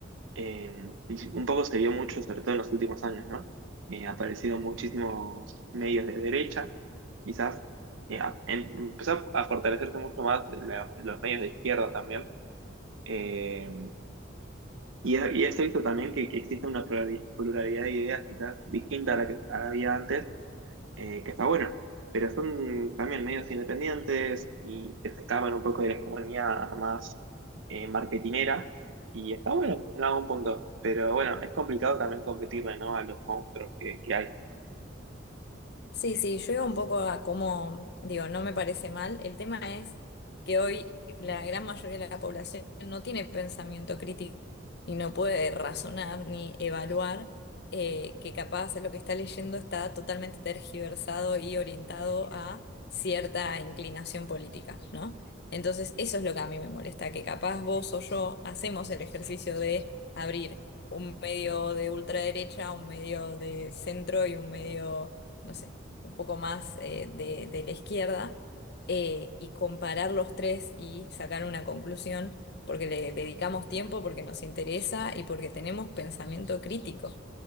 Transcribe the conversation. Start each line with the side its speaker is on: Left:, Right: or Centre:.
Right: Eh, y sí, un poco se vio mucho, sobre todo en los últimos años, ¿no? Eh, ha aparecido muchísimos medios de derecha, quizás eh, a- em- empezó a fortalecerse mucho más la- los medios de izquierda también eh, y, y he visto también que, que existe una plurali- pluralidad de ideas quizás distinta a la que había antes, eh, que está bueno, pero son también medios independientes y que se escapan un poco de la hegemonía más eh, marketinera y está bueno en algún punto, pero bueno, es complicado también competirle, ¿no? a los monstruos que, que hay.
Left: Sí, sí, yo iba un poco a cómo, digo, no me parece mal. El tema es que hoy la gran mayoría de la población no tiene pensamiento crítico y no puede razonar ni evaluar eh, que capaz lo que está leyendo está totalmente tergiversado y orientado a cierta inclinación política, ¿no? Entonces, eso es lo que a mí me molesta, que capaz vos o yo hacemos el ejercicio de abrir un medio de ultraderecha, un medio de centro y un medio no sé un poco más eh, de, de la izquierda, eh, y comparar los tres y sacar una conclusión, porque le dedicamos tiempo, porque nos interesa y porque tenemos pensamiento crítico.